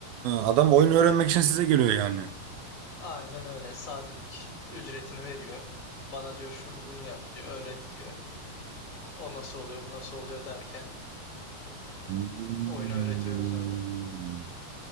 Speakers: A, on the right (about 80°); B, on the left (about 25°).
A: adam oyun öğrenmek için size geliyor yani.
B: Aynen öyle. Saatlik ücretini veriyor. Bana diyor şunu bunu yap diyor. Öğret diyor. O nasıl oluyor bu nasıl oluyor derken
A: Hmm.
B: oyunu öğretiyoruz öyle.